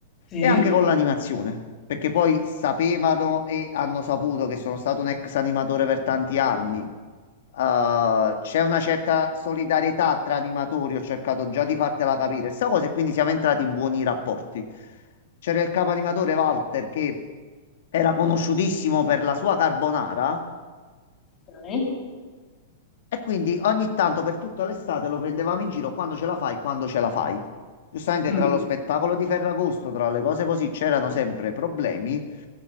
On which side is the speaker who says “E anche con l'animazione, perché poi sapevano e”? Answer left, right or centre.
Left